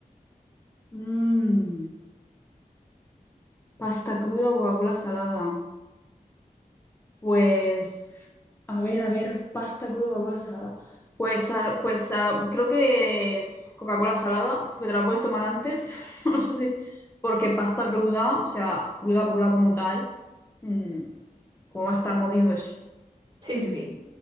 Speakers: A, on the left; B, on the right.
A: Mm, pasta cruda o Coca-Cola salada. Pues, a ver, a ver, pasta cruda o Coca-Cola salada. Pues, ah, pues ah, creo que Coca-Cola salada, porque te la puedes tomar antes, <laughs> no sé, porque pasta cruda, o sea, cruda, cruda como tal, mm, ¿cómo va a estar mordiendo eso?
B: Sí, sí, sí.